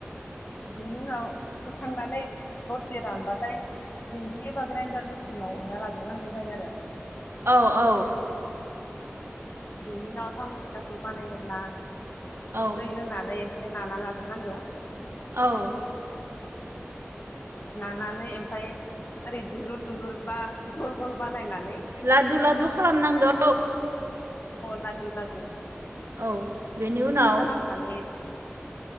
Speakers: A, on the left (about 50°); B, on the right (about 70°).
A: बेनि उनाव संखांनानै दस रानबाथाय दिंखि एबा ग्रायनडार मेसिनाव उनना लाग्रोनांगौ जायो आरो।
B: औ औ
A: बेनि उनाव थावनि फिथाखौ बानायनो ला
B: औ
A: दै होनानै एसे एसे नाना लाग्रोनांगौ।
B: औ
A: नानानै ओमफ्राय ओरै दुलुर दुलुर बा गल गल बानायनानै
B: लादु लादु खालामनांगौ।
A: अ लादु लादु।
B: औ बेनि उनाव
A: बिदि खालामनानै